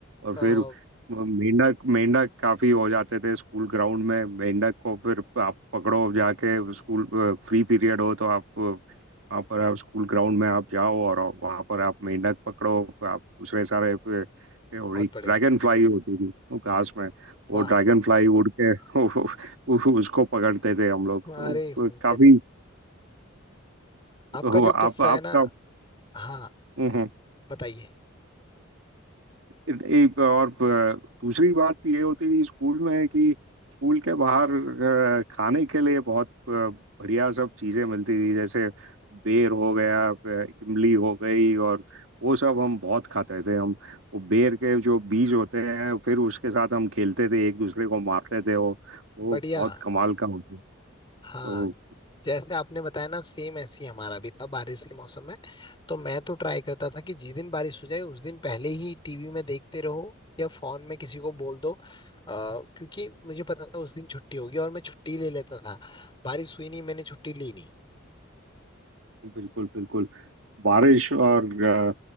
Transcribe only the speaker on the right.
और
फिर
वो मेंढक मेंढक काफी हो जाते थे स्कूल ग्राउंड में मेंढक को फिर आप पकड़ो जाके स्कूल फ्री पीरियड हो तो आप वहाँ पर आप स्कूल ग्राउंड में आप जाओ और वहाँ पर आप मेंढक पकड़ो आप दूसरे सारे अ, और
एक ड्रैगन फ्लाई होती थी वो घास में वो
ड्रैगन फ्लाई उड़ के <laughs> वो- उसको पकड़ते थे हम लोग तो
काफी
हो
आप आपका
हम्म,
एक और अ, दूसरी बात तो ये होती थी स्कूल में कि स्कूल के बाहर अ, खाने के लिए बहुत अ, बढ़िया सब चीज़ें मिलती थी जैसे बेर हो गया अ, इमली हो गई और वो सब हम बहुत खाते थे हम वो बेर के जो बीज होते हैं फिर उसके साथ हम खेलते थे एक दूसरे को मारते थे वो वो
बहुत कमाल का होता था।
तो
बिल्कुल बिल्कुल बारिश और अ,